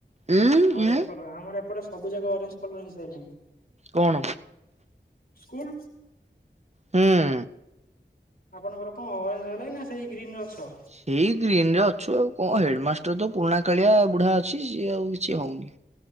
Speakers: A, on the right; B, on the left.
A: ଉଁ
B: ଅରେଞ୍ଜ
A: ଉଁ
B: କଲର ଆମର ଏ ଏପଟ ସବୁା ଅରେଞ୍ କଲର ହେଇସାରିଲଣି।
A: କଣ
B: ସ୍କୁଲ
A: ହୁଁ।
B: ଆପଣଙ୍କର କଣ ଅରେଞ୍ଜ ହେଲାଇଁ ନା ସେଇ ଗ୍ରୀନରେ ଅଛ?
A: ସେଇ ଗ୍ରୀନ ରେ ଅଛୁ ଆଉ। କଣ ହେଡମାଷ୍ଟର ତ ପୁରୁଣା କାଳିଆ ବୁଢା ଅଛି। କି ଆଉ କିଛି ହଉନି।